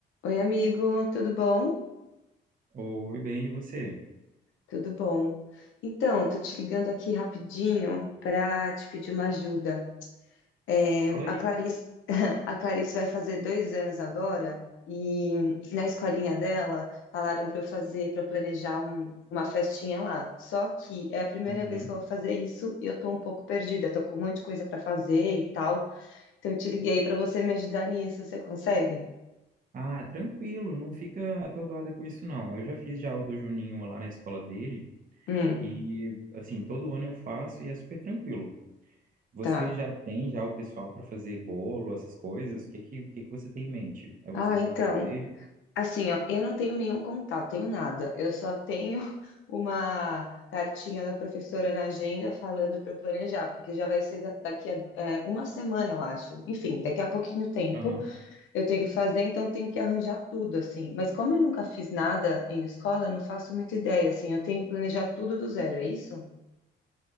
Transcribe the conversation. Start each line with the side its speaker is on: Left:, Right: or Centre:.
Left: Oi, amigo, tudo bom?
Right: Oi, bem, e você?
Left: Tudo bom. Então, tô te ligando aqui rapidinho para te pedir uma ajuda. É,
Right: Fala aí.
Left: a Clarice, <laughs> a Clarice vai fazer dois anos agora e na escolinha dela falaram para eu fazer, para planejar um- uma festinha lá. Só que é a primeira
Right: Uhum.
Left: vez que eu vou fazer isso e eu tô um pouco perdida, tô com um monte de coisa para fazer e tal. Então, eu te liguei para você me ajudar nisso. Você consegue?
Right: Ah, tranquilo, não fica atordoada com isso, não. Eu já fiz já o do Juninho lá na escola dele
Left: Hum,
Right: e, assim, todo ano eu faço e é super tranquilo. Você
Left: tá.
Right: já tem já o pessoal para fazer bolo, essas coisas? O que que, o que que você tem em mente? É
Left: Ah,
Right: você que
Left: então.
Right: vai fazer?
Left: Assim, ó, eu não tenho nenhum contato, tenho nada. Eu só tenho <laughs> uma cartinha da professora na agenda falando para eu planejar, porque já vai ser da- daqui a é, uma semana, eu acho. Enfim, daqui a pouquinho tempo
Right: Aham.
Left: eu tenho que fazer, então tenho que arranjar tudo, assim. Mas como eu nunca fiz nada em escola, eu não faço muita ideia, assim. Eu tenho que planejar tudo do zero, é isso?